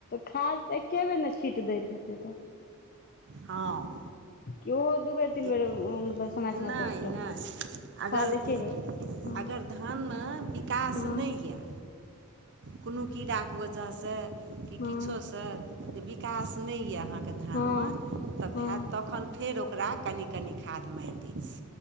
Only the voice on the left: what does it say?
खाद तऽ एके बेेर ने छीट दैत हेतै तऽ
कि ओहो दू बेर तीन बेर
मतलब समय समय
पर सिटई
परते
खाद एके बेर हँ
हँ
हँ
हँ
हँ